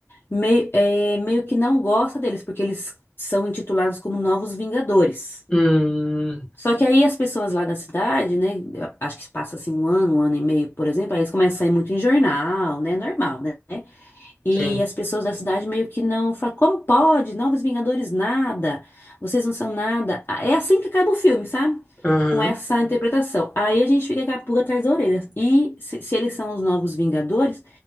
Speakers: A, on the left (about 45°); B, on the left (about 25°).
A: meio, é, meio que não gosta deles, porque eles são intitulados como Novos Vingadores.
B: Hum,
A: Só que aí as pessoas lá da cidade, né, acho que passa assim um ano, um ano e meio, por exemplo, aí eles começam a sair muito em jornal, né, normal, né? E
B: sim.
A: as pessoas da cidade meio que não falam, como pode? Novos Vingadores, nada. Vocês não são nada. Ah, É assim que acaba o filme, sabe?
B: Aham.
A: Com essa interpretação. Aí a gente fica com a pulga atrás da orelha. E se, se eles são os novos Vingadores,